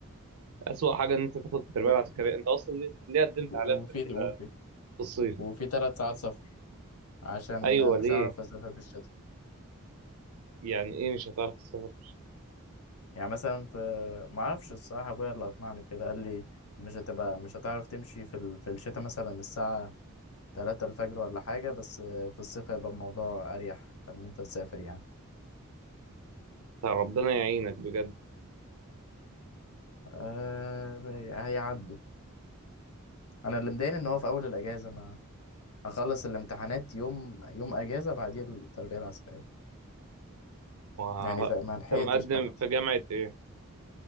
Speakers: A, on the right (about 80°); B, on the left (about 80°).
A: اسوأ حاجه ان انت تاخد التربيه
B: و-
A: العسكريه انت اصلا ليه ليه قدمت
B: وفي
A: عليها في ال-
B: وفي
A: في الصيف
B: وفي تلات ساعات سفر عشان
A: ايوه ليه
B: مش هعرف أسافر في الشتاء
A: يعني ايه مش هتعرف تسافر
B: يعني مثلا في معرفش الصراحة أبويا اللي أقنعني بكده قال لي مش هتبقى مش هتعرف تمشي في ال... في الشتاء مثلا الساعة تلاتة الفجر ولا حاجة بس في الصيف هيبقى الموضوع أريح إن أنت تسافر يعني
A: ربنا يعينك بجد
B: آه هيعدوا انا اللي مضايقني ان هو في اول الاجازه ما هخلص الامتحانات يوم يوم اجازه بعديه التربيه العسكريه
A: وه-
B: يعني فما
A: انت
B: لحقتش
A: مقدم
B: حتى
A: في جامعه ايه